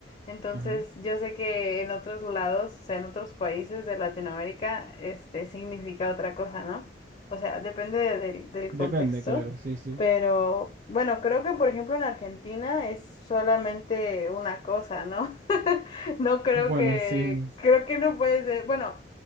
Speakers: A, on the left; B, on the right.
A: Entonces,
B: Ajá.
A: yo sé que en otros lados, o sea, en otros países de Latinoamérica, este significa otra cosa, ¿no? O sea, depende de- del, del
B: Depende,
A: contexto,
B: claro, sí, sí.
A: pero bueno, creo que por ejemplo en Argentina es solamente una cosa, ¿no? <laughs> No creo
B: Bueno,
A: que,
B: sí, nos...
A: creo que no puede ser, bueno,